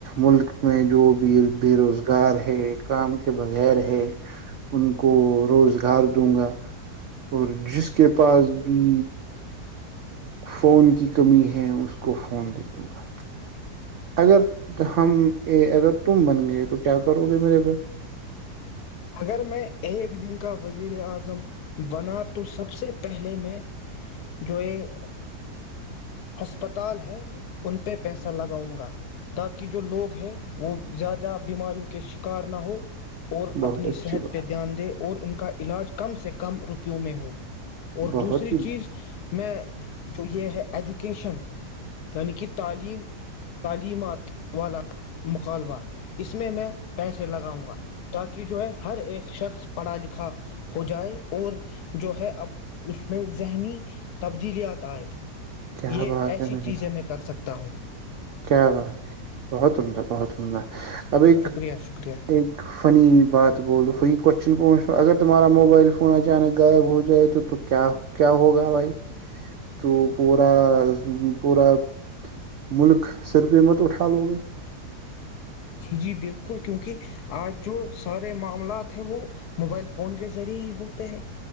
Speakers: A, on the right; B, on the left.
A: ملک میں جو بھی بے روزگار ہے کام کے بغیر ہے ان روزگار دوں گا اور جس کے پاس بھی فون کی کمی ہے اس کو فون دے دوں گا اگر ہم اگر تم بن گئے تو کیا کرو گے میرے بھائی
B: اگر میں ایک دن کا وزیر اعظم بنا تو سب سے پہلے میں جو یہ ہسپتال ہے ان پہ پیسہ لگاؤں گا تاکہ جو لوگ ہے وہ زیادہ بیماریوں کے شکار نہ ہو اور
A: بہت
B: اپنی
A: اچھی
B: صحت
A: بات
B: پہ دھیان دے اور ان کا علاج کم سے کم رک کیوں میں ہو اور
A: بہت
B: دوسری
A: ہی
B: چیز میں جو یہ ہے ایجوکیشن یعنی کہ تعلیم تعلیمات والا مقالبہ اس میں میں پیسے لگاؤں گا تاکہ جو ہے ہر ایک شخص پڑھا لکھا ہو جائے اور جو ہے اس میں ذہنی تبدیلیات آئے
A: کیا
B: یہ
A: بات
B: ایسی
A: ہے میرے
B: چیزیں میں کر سکتا ہوں
A: کیا بات ہے بہت عمدہ بہت عمدہ اب ایک
B: شکریہ شکریہ
A: ایک فنی بات بول دو فی کو نچ اگر تارا موبائل فون اچانک غائب ہو جائے تو تو کیا ہوگا بھائی تو پا پورا ملک صر پ مت اٹھا لو گے
B: جی بالکل کیونکہ آج جو سارے معاملات ہیں وہ موبائل فون کے ذریعے ہی ہوتے ہیں